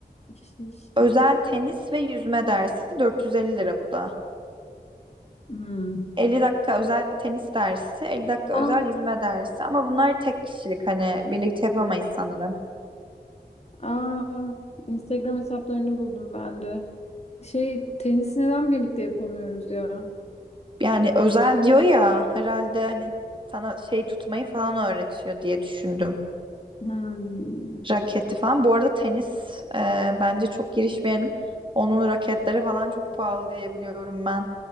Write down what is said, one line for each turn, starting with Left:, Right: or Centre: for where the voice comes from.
Left: şiş-
Right: Özel tenis ve yüzme dersi 450 lira bu da.
Left: Hmm.
Right: 50 dakika özel tenis dersi, 50 dakika özel
Left: Aa,
Right: yüzme dersi ama bunlar tek kişilik hani birlikte yapamayız sanırım.
Left: aa, Instagram hesaplarını buldum ben de. Şey tenisi neden birlikte yapamıyoruz ya?
Right: Yani özel diyor ya herhalde hani sana şey tutmayı falan öğretiyor diye düşündüm.
Left: Hmm.
Right: Raketi falan. Bu arada tenis e, bence çok girişmeyelim. Onun raketleri falan çok pahalı diye biliyorum ben.